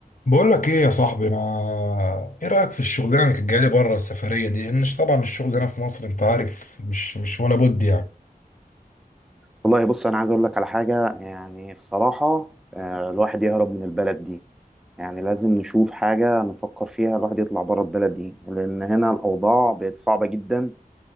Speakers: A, on the left; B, in the centre.
A: بقول لك ايه يا صاحبي ما ايه رايك في الشغلانه اللي كانت جايه لي بره السفريه دي لان طبعا الشغل هنا في مصر انت عارف مش مش ولا بد يعني
B: والله بص انا عايز اقول لك على حاجه يعني الصراحه آه، الواحد يهرب من البلد دي يعني لازم نشوف حاجه نفكر فيها الواحد يطلع بره البلد دي لان هنا الاوضاع بقت صعبه جدا